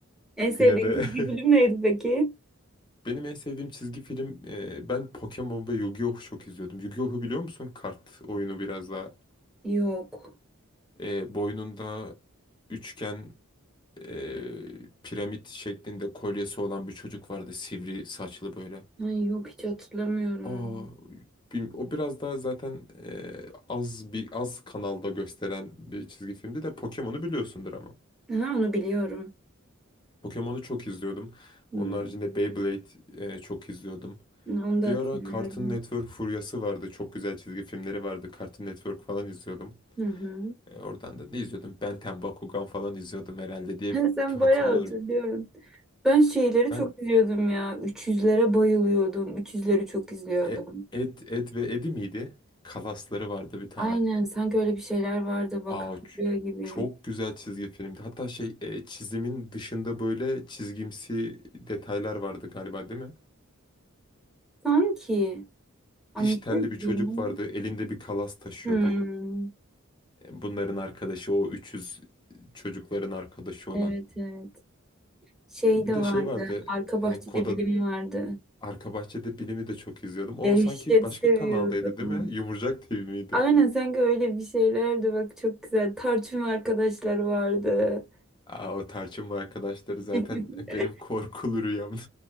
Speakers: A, in the centre; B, on the left (about 20°).
A: En sevdiğin
B: yine de
A: çizgi film
B: <laughs>
A: neydi peki?
B: Benim en sevdiğim çizgi film e, ben Pokemon ve Yu-Gi-Oh çok izliyordum. Yu-Gi-Oh'u biliyor musun? Kart oyunu biraz daha
A: Yok.
B: e, boynunda üçgen e, piramit şeklinde kolyesi olan bir çocuk vardı. Sivri saçlı böyle.
A: Ay yok hiç hatırlamıyorum
B: Aa,
A: onu.
B: bil- o biraz daha zaten e, az bir az kanalda gösteren bir çizgi filmdi de Pokemon'u biliyorsundur ama.
A: ya. Aha, onu biliyorum.
B: Pokemon'u çok izliyordum.
A: Hmm.
B: Onun haricinde Beyblade e, çok izliyordum.
A: Onu da
B: Bir
A: hatırlıyorum.
B: ara Cartoon Network furyası vardı. Çok güzel çizgi filmleri vardı. Cartoon Network falan izliyordum.
A: Hı hı.
B: E, oradan da ne izliyordum? Ben 10, Bakugan falan izliyordum herhalde diye
A: Ha,
B: bir-
A: Sen
B: hatırlıyorum.
A: bayağı hatırlıyorsun. Ben şeyleri
B: Ben
A: çok izliyordum ya. Üç yüzlere bayılıyordum. Üç yüzleri çok izliyordum.
B: e, Ed, Ed ve Eddie miydi? Kalasları vardı bir tane.
A: Aynen sanki öyle bir şeyler vardı bak
B: Aa,
A: hatırlıyor
B: ç-
A: gibiyim.
B: çok güzel çizgi filmdi. Hatta şey e, çizimin dışında böyle çizgimsi detaylar vardı galiba değil mi?
A: Sanki anlatıyor
B: Diş telli
A: gibiyim
B: bir çocuk
A: ama.
B: vardı. Elinde bir kalas taşıyordu.
A: Hmm.
B: E, Bunların arkadaşı o 300 çocukların arkadaşı olan.
A: Evet evet. Şey
B: Bir
A: de
B: de
A: vardı.
B: şey vardı.
A: Arka bahçede
B: E, Koda
A: bilim vardı.
B: Arka Bahçede Bilim'i de çok izliyordum. O
A: Dehşet
B: sanki başka
A: seviyordum.
B: kanaldaydı değil mi? Yumurcak TV miydi?
A: Aynen sanki öyle bir şeylerdi bak çok güzel. Tarçın arkadaşları vardı.
B: Aa, o tarçınlı arkadaşları zaten
A: <laughs>
B: <laughs> benim korkulu rüyamdı.